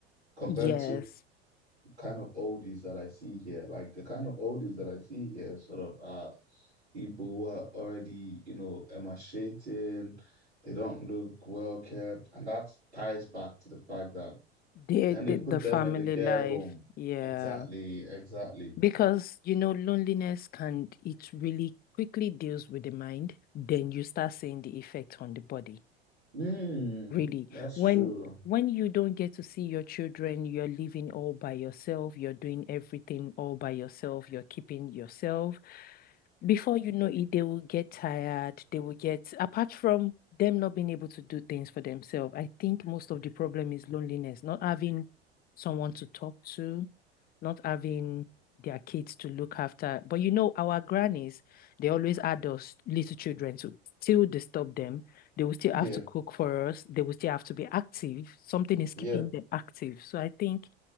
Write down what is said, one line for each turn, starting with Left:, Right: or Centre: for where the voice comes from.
Right: compared
Left: yes,
Right: to kind of oldies that I see here. Like the kind of oldies that I see here sort of are people who are already, you know, emaciated. They don't look well kept. And that ties back to the fact that
Left: they,
Right: then they
Left: the,
Right: put
Left: the family
Right: them in the care
Left: life,
Right: home.
Left: yeah.
Right: Exactly, exactly.
Left: Because, you know, loneliness can, it really quickly deals with the mind. Then you start seeing the effect on the body.
Right: Mm,
Left: Really.
Right: that's
Left: When
Right: true.
Left: when you don't get to see your children, you're living all by yourself, you're doing everything all by yourself, you're keeping yourself. Before you know it, they will get tired. They will get, apart from them not being able to do things for themselves, I think most of the problem is loneliness, not having someone to talk to, not having their kids to look after. But you know, our grannies, they always had us little children to still disturb them. They will still
Right: Yep,
Left: have to cook for us. They will still have to be active. Something is keeping
Right: yep,
Left: them active. So I think,